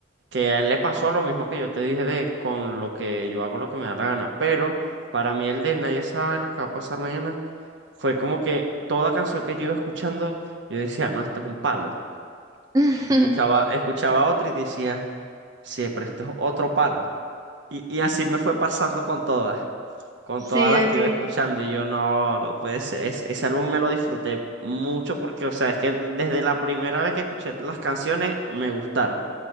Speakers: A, on the right; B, on the right.
A: que a él le pasó lo mismo que yo te dije de con lo que yo hago lo que me da la gana. Pero para mí el de Nadie sabe lo que va a pasar mañana fue como que toda canción que yo iba escuchando, yo decía, no, esto es un palo.
B: <laughs>
A: Escuchaba, escuchaba otro y decía, sí, pero esto es otro palo. Y, y así me fue pasando con todas, con
B: Sí,
A: todas las
B: ok.
A: que iba escuchando. Y yo, no, no puede ser. Ese, ese álbum me lo disfruté mucho porque, o sea, es que desde la primera vez que escuché las canciones me gustaron.